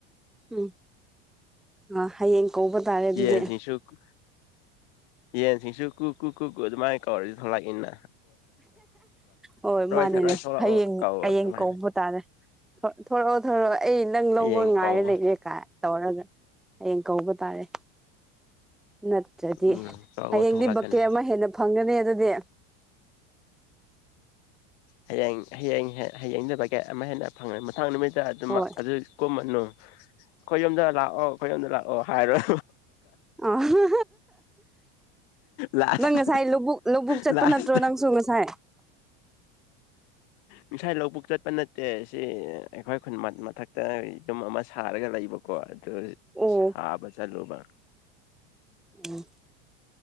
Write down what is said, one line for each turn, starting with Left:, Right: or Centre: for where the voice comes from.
Centre: ꯎꯝ ꯑ ꯍꯌꯦꯡ ꯀꯧꯕ ꯇꯥꯔꯦ ꯑꯗꯨꯗꯤ
Left: ꯌꯦ ꯁꯤꯁꯨ ꯀ ꯌꯦ ꯁꯤꯁꯨꯨ ꯀꯨ ꯀꯨ ꯀꯨ ꯀ ꯑꯗꯨ ꯃꯥꯥꯏ ꯀꯋꯥꯔ ꯂꯅ
Centre: ꯍꯣꯏ ꯃꯥꯅꯤꯅꯦ
Left: ꯊꯔꯣꯏ ꯊꯣꯛꯂꯛꯑꯣ
Centre: ꯍꯌꯦꯡ
Left: ꯀꯧ
Centre: ꯍꯌꯦꯡ
Left: ꯑꯗꯨꯃꯥꯏꯅ
Centre: ꯀꯧꯕꯇꯥꯥꯅꯦ ꯊꯣꯔꯛꯑꯣ ꯊꯣꯔꯛꯑꯣ ꯑꯩ ꯅꯪ ꯂꯧꯕ
Left: ꯍꯌꯦꯡ ꯀꯧ
Centre: ꯉꯥꯏꯔꯦ ꯂꯩꯔꯦ ꯀꯥꯏ ꯇꯧꯔꯒ ꯍꯌꯦꯡ ꯀꯧꯕ ꯇꯥꯔꯦ ꯅꯠꯇ꯭ꯔꯗꯤ
Left: ꯎꯝ ꯀꯧꯕ
Centre: ꯍꯌꯦꯡꯗꯤ
Left: ꯊꯣꯛꯂꯛꯀꯅꯤ
Centre: ꯕꯛꯀꯦ ꯑꯃ ꯍꯦꯟꯅ ꯐꯪꯒꯅꯤ ꯑꯗꯨꯗꯤ
Left: ꯍꯌꯦꯡ ꯍꯌꯦꯡ ꯍꯌꯦꯡꯗ ꯒꯦꯠ ꯑꯃ ꯍꯦꯟꯅ ꯐꯪꯉꯅꯤ ꯃꯊꯪ ꯅꯨꯃꯤꯠ ꯑꯗꯨ
Centre: ꯍꯣꯏ
Left: ꯑꯗꯨ ꯀꯨꯝꯃꯅꯨ ꯍ ꯑꯩꯣꯏꯣꯌꯣꯝꯗ ꯂꯥꯛꯑꯣ ꯑꯩꯣꯏꯣꯌꯣꯝꯗ ꯂꯥꯛꯑꯣ ꯑꯣ ꯍꯥꯏꯔꯣꯏ
Centre: ꯑꯣ ꯎ
Left: ꯂꯥꯁ
Centre: ꯅꯪ ꯉꯁꯥꯏ ꯂꯧꯕꯛ ꯂꯧꯕꯨꯛ ꯆꯠꯄ
Left: ꯂꯥꯁ
Centre: ꯅꯠꯇ꯭ꯔꯣ ꯅꯪꯁꯨ ꯉꯁꯥꯏ
Left: ꯉꯁꯥꯏ ꯂꯧꯕꯨꯛ ꯆꯠꯄ ꯅꯠꯇꯦ ꯁꯤ ꯑꯩꯈꯣꯏ ꯈꯨꯟ ꯃꯊꯛꯇ ꯌ ꯑꯗꯨꯝ ꯑꯃ ꯁꯥꯔꯒ ꯂꯩꯕꯀꯣ
Centre: ꯑꯣ
Left: ꯁꯥꯕ ꯆꯂꯨꯃ
Centre: ꯎꯝ